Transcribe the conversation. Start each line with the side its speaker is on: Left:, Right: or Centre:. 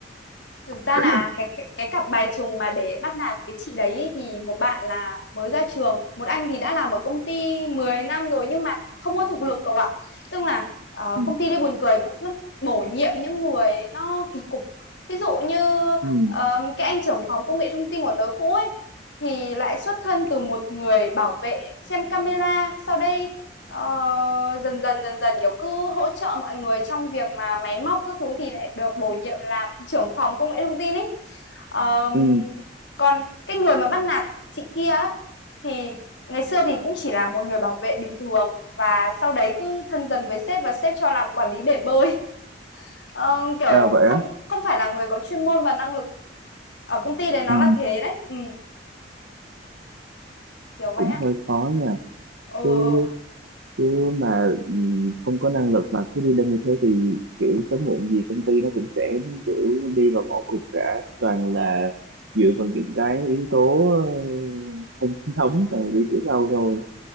Left: thực
Right: <laughs>
Left: ra là cái, cái cái cặp bài trùng mà để bắt nạt cái chị đấy ý, thì một bạn là mới ra trường một anh thì đã làm ở công ty 10 năm rồi nhưng mà không có thực lực cậu ạ tức là ờ,
Right: ừ.
Left: công ty đây buồn cười cũng lắm, bổ nhiệm những người nó kỳ cục ví dụ như
Right: Ừ.
Left: ờ, cái anh trưởng phòng công nghệ thông tin của tớ cũ ấy thì lại xuất thân từ một người bảo vệ xem camera sau đây Ờ, dần dần dần dần kiểu cứ hỗ trợ mọi người trong việc mà máy móc các thứ thì lại được bổ nhiệm làm trưởng phòng công nghệ thông tin ý Ờm,
Right: Ừ.
Left: còn cái người mà bắt nạt chị kia ấy, thì ngày xưa thì cũng chỉ là một người bảo vệ bình thường và sau đấy cứ thân dần với sếp và sếp cho làm quản lý bể bơi Ờ, kiểu
Right: À, vậy
Left: không
Right: á
Left: không phải là người có chuyên môn và năng lực ở công ty đấy nó
Right: Ừ,
Left: là thế đấy ừ, kiểu
Right: cũng
Left: vậy á
Right: hơi khó nha
Left: ừ,
Right: cứ cứ mà ừ, không có năng lực mà cứ đi lên như thế thì kiểu sớm muộn gì công ty nó cũng sẽ kiểu đi vào ngõ cụt cả toàn
Left: ừ.
Right: là dựa vào những cái yếu tố ờ, không chính thống rồi đi kiểu sau thôi